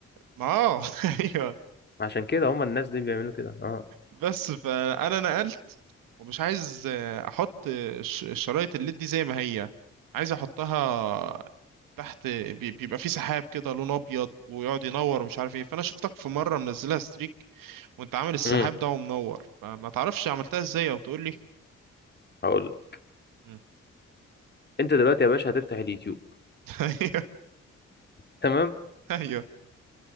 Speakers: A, on the right; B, on the left.
A: ما اه <laughs> ايوه
B: عشان كده هم الناس دي بيعملوا كده اه
A: بس فانا نقلت ومش عايز آه، احط آه، ش- الشرايط الليد دي زي ما هي عايز احطها تحت بي- بيبقى في سحاب كده لون ابيض ويقعد ينور ومش عارف ايه فانا شفتك في مره منزلها ستريك وانت عامل السحاب
B: امم
A: ده ومنور فما تعرفش عملتها ازاي او تقول لي
B: هقول لك.
A: مم.
B: انت دلوقتي يا باشا هتفتح اليوتيوب
A: <laughs>
B: تمام
A: ايوه